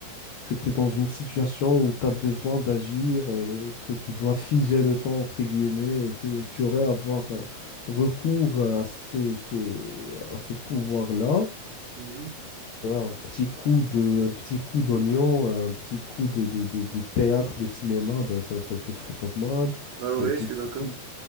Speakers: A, on the left; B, on the right.
A: que tu es dans une situation où tu as besoin d'agir et que tu dois figer le temps, entre guillemets, euh, que tu aurais à avoir euh, recours à ce, ce- à ce pouvoir-là.
B: Mhm.
A: Euh, Un petit coup de, un petit coup d'oignon, un petit coup de, de- de- de théâtre, de cinéma, ben ça ne te ferait pas de mal.
B: Ah ouais,
A: Ben, du
B: je suis
A: coup,
B: d'accord.